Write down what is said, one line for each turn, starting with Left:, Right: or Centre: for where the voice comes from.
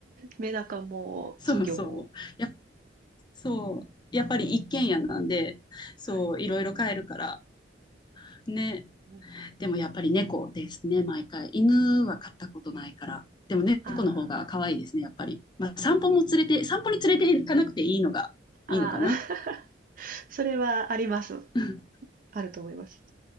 Right: メダカも金魚も、
Left: そうそう。やっぱそう。
Right: うん、
Left: やっぱり一軒家なんで、そう、
Right: はい。
Left: いろいろ飼えるから。ね。
Right: うん。
Left: でもやっぱり猫ですね、毎回。犬は飼ったことないから。でも猫の方が可愛いですね、
Right: あ
Left: やっぱり。まあ、散歩も連れて、散歩に連れて行かなくていいのが、
Right: あ、
Left: いいのかな。
Right: ああ、<laughs> それはあります。
Left: うん
Right: あると思います。